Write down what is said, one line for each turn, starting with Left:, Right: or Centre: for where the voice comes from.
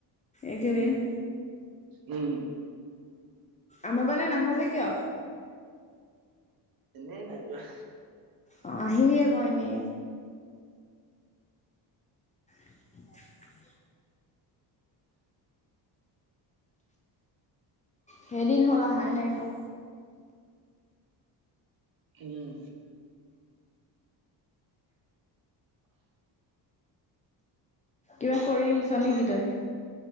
Left: এইকেইদিন?
Right: উম উম,
Left: আমাৰ মানে নাহয় যে কিয়?
Right: এনেই নাইযোৱা
Left: অ, আহিবি আকৌ এনে। <unintelligible> সেইদিন হ'ল অহা নাই আকৌ।
Right: উম,
Left: কিবা কৰিছ নেকি তই?